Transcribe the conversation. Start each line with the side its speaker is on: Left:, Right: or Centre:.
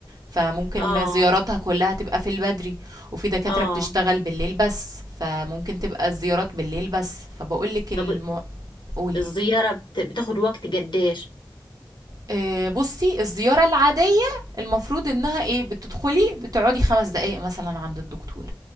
Right: فممكن
Left: اه
Right: زياراتها كلّها تبقى في البدري، وفي دكاترة
Left: اه
Right: بتشتغل بالليل بس، فممكن تبقى الزيارات بالليل بس، فباقول لِك الم
Left: طب
Right: قولي.
Left: الزيارة بت... بتاخد وقت قديش
Right: آآ بُصّي، الزيارة العادية المفروض إنها إيه، بتدخلي بتقعدي 5 دقايق مثلًا عند الدكتور،